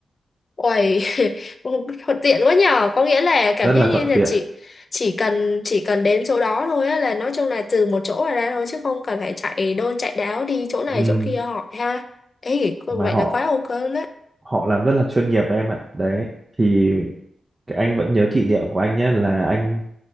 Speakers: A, on the left (about 50°); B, on the right (about 35°).
A: uầy, <laughs> thuận tiện quá nhờ, có nghĩa là cảm
B: rất
A: giác
B: là
A: như
B: thuận
A: là
B: tiện
A: chị chỉ cần chỉ cần đến chỗ đó thôi á là nói chung là từ một chỗ mà ra thôi chứ không cần phải chạy đôn chạy đáo đi chỗ này
B: ừ.
A: chỗ kia hỏi ha. Ê,
B: mà
A: vậy
B: họ
A: là quá ok đấy.
B: họ làm rất là chuyên nghiệp đấy em ạ đấy thì cái anh vẫn nhớ kỷ niệm của anh nhé là anh